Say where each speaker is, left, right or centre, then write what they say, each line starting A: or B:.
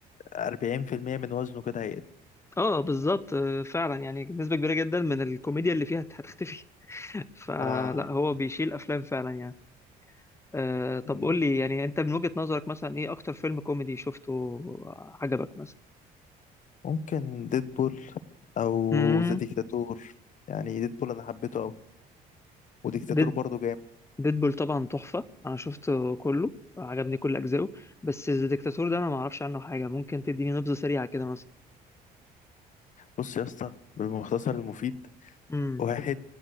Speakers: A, on the left; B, on the left.
A: 40% من وزنه كده هيقل
B: اه بالظبط آه، فعلا يعني نسبة كبيرة جدا من الكوميديا اللي فيها هتختفي <laughs> فلا
A: اه
B: هو بيشيل افلام فعلا يعني آه طب
A: م-
B: قول لي يعني انت من وجهة نظرك مثلا ايه اكتر فيلم كوميدي شفته عجبك مثلا
A: ممكن ديدبول او
B: امم
A: ذا ديكتاتور يعني ديدبول انا حبيته قوي وديكتاتور
B: ديد
A: برضو
B: ديدبول طبعا تحفة انا شفته كله عجبني كل اجزائه بس ذا ديكتاتور ده انا ما اعرفش عنه حاجة ممكن تديني نبذة سريعة كده مثلا
A: بص يا اسطى بالمختصر المفيد
B: امم
A: واحد